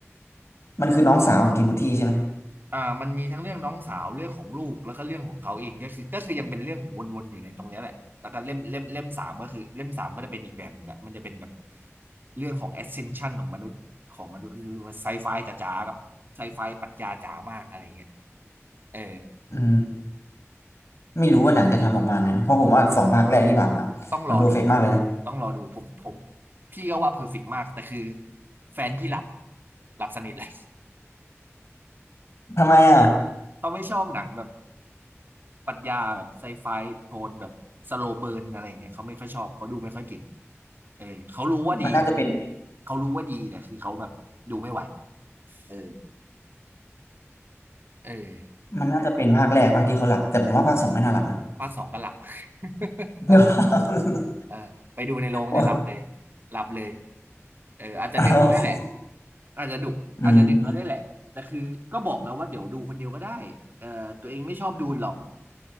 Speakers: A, on the left (about 65°); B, on the right (about 45°).
A: มันคือน้องสาวของทิโมธีใช่ไหม
B: ๆอ่ามันมีทั้งเรื่องน้องสาวเรื่องของลูกแล้วก็เรื่องของเขาเองก็คือก็คือยังเป็นเรื่องวนๆอยู่ในตรงเนี้ยแหละแล้วก็เล่มเล่มเล่มสามก็คือเล่มสามก็จะเป็นอีกแบบหนึงละมันจะเป็นแบบเรื่องของ ascension ของมนุษย์ของมนุษย์หรือไซไฟจ๋าๆกับไซไฟปรัชญาจ๋ามากอะไรเงี้ยเออ
A: อืมไม่รู้ว่าหนังจะทำออกมาไงนะเพราะผมว่าสองภาคแรกที่ผ่านมามันเพอร์เฟกต์มากเลยนะ
B: ต้องรอดู ต้องรอดูผมผมพี่ก็ว่าเพอร์เฟกต์มาก แต่คือแฟนพี่หลับ หลับสนิทเลย
A: ทำไมอ่ะ
B: <laughs> เขาไม่ชอบหนังแบบปรัชญาแบบไซไฟ โทนแบบสโลเบิร์นอะไรอย่างเงี้ยเขาไม่ค่อยชอบ เขาดูไม่ค่อยเก่งเออเขารู้ว่าดี
A: มันน่าจะเป็น
B: เขารู้ว่าดีแต่คือเขาแบบดูไม่ไหวเออเออ
A: มันน่าจะเป็นภาคแรกป่ะที่เขาหลับแต่ผมว่าภาคสองไม่น่าหลับนะ
B: ภาคสองก็หลับ <laughs>
A: <laughs>
B: ภาคสองก็หลับเออไปดูในโรงเนี่ยหลับเลย
A: ว่า
B: หลับเลยเอออาจจะดึกแล้วได้วยแหละ
A: อาว
B: อาจจะดุอาจจะดึกก็ได้แหละแต่คือก็บอกแล้วว่าเดี๋ยวดูคนเดียวก็ได้เออตัวเองไม่ชอบดูหรอก
A: อืม